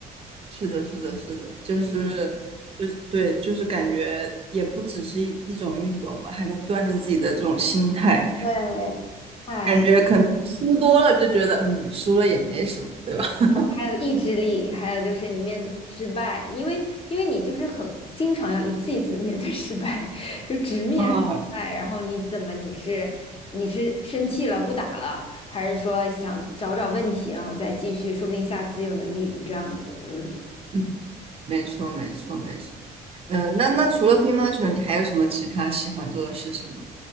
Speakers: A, on the right; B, on the left.
A: 是的，是的，是的，就是就是对，
B: 嗯嗯，
A: 就是感觉也不只是一一种运动吧，还能锻炼自己的这种心态。
B: 对，嗨。
A: 感觉可能输多了就觉得，嗯，输了也没什么，对吧？<laughs>
B: 还有意志力，还有就是你面对失败，因为因为你就是很经常要一次一次的面对失败，<laughs> 就直面失败，
A: 啊，
B: 然后你怎么你是你是生气了不打了，还是说想找找问题，然后再继续，说不定下次又能赢这样子，嗯。
A: 嗯，没错，没错，没错。嗯、呃那那除了乒乓球，你还有什么其他喜欢做的事情吗？